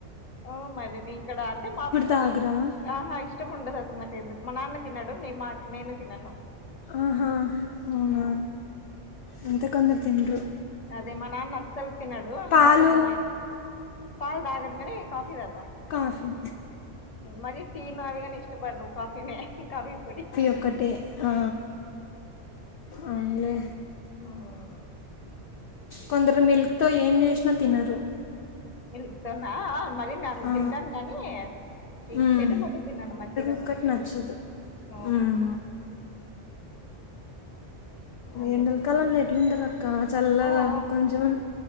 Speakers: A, on the left (about 35°); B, on the left (about 60°).
A: ఓ మరి నికడ అంటే మా పిల్లలు
B: తాగరా
A: ఆహా ఇష్టం ఉండదు అసలు నాకు ఎందుకో మా నాన్న తినడు నీ మాట్ నేను తినను
B: ఆహా అవునా
A: ఆ
B: అంతంతకుందరు తిండ్రు
A: అదే మా నాన్న అసలు తిన్నాడు హ
B: పాలు
A: అదే మన పాల్ తాగడుగాని కాఫీ తాగుతాడు
B: కాఫీ
A: మరి టీ నావిగాని ఇష్టపడను కాఫీనే కాఫీ పొడి
B: ఒక్కటే ఆ అవునులే
A: ఆ హు
B: కొందరు మిల్క్ తో ఏం చేసినా తినరు
A: ఇంతనా ఆ ఆ మరీ
B: ఆ,
A: తింటాను గానీ ఈ
B: మ్మ్.
A: పెరుగు ఒకటే తినను మజ్జిగ
B: ఒక్కటి
A: పెరుగు
B: నచ్చదు
A: ఒక్కటే అవును
B: మ్మ్.
A: అదే
B: ఎండాకాలంలో ఎట్లుంటది అక్క ఆ చల్లగా
A: ఆ ఆ
B: కొంచెం